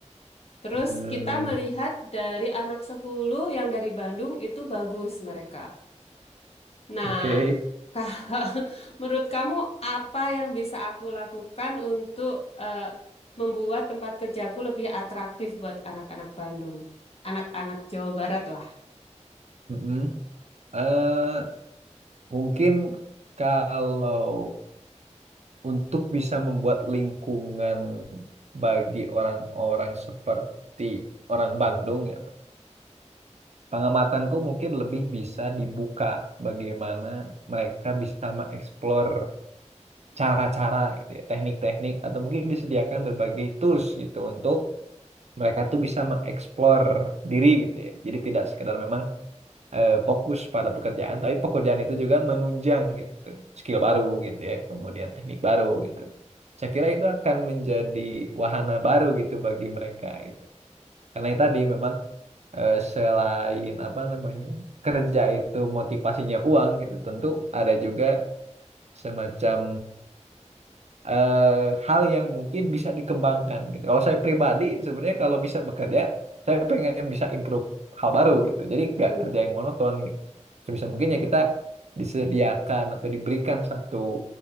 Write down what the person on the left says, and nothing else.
terus
kita melihat dari anak 10 yang dari Bandung itu bagus mereka. Nah,
kalau <laughs> menurut kamu apa yang bisa aku lakukan untuk eh, membuat tempat kerjaku lebih atraktif buat anak-anak Bandung, anak-anak Jawa Barat lah.
Hmm,